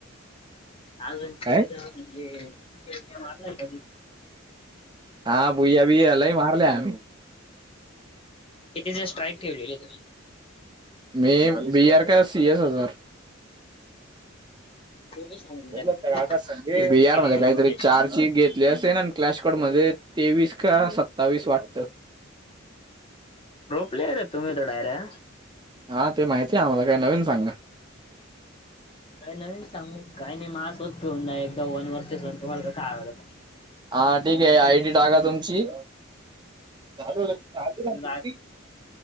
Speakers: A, on the left; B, on the right.
A: अजून किती
B: काय
A: जण म्हणजे <unintelligible> मारलाय कधी?
B: हा बुया बिया लय मारल्या आम्ही.
A: किती दिवस स्ट्राईक ठेवलेले तुम्ही?
B: मी बी आर का सी एस एस.
A: <unintelligible>
B: आ
A: किती किती स्ट्रिक
B: बि आर
A: केलेली
B: मध्ये काहीतरी
A: बघूयाची
B: चार
A: स्ट्रिक
B: ची घेतली असन. क्लॅशकाॅड मध्ये तेवीस का सत्तावीस वाटतं.
A: झोपलेऱे तुंम्ही तर डाऱ्या.
B: हा ते माहितीये आम्हाला काय नवीन सांगात.
A: काही नवीन सांगू काही नाही मा सोबत घेऊन जाय एक दोन वर्षच तुम्हाला कस आवलं-
B: हा ठीक आहे आयडी टाका तुमची. चालू चालूतुमची
A: येऊन